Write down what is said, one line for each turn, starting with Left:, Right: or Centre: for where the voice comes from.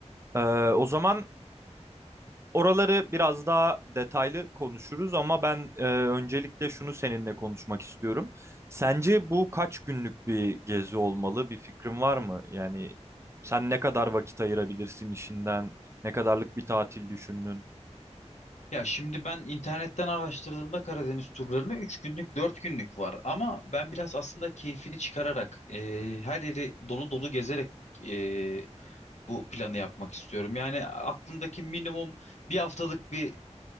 Right: Ee, o zaman oraları biraz daha detaylı konuşuruz ama ben e, öncelikle şunu seninle konuşmak istiyorum. Sence bu kaç günlük bir gezi olmalı? Bir fikrin var mı? Yani sen ne kadar vakit ayırabilirsin işinden? Ne kadarlık bir tatil düşündün?
Left: Ya şimdi ben internetten araştırdığımda Karadeniz turlarını 3 günlük 4 günlük var. Ama ben biraz aslında keyfini çıkararak e, her yeri dolu dolu gezerek e, bu planı yapmak istiyorum. Yani aklımdaki minimum bir haftalık bir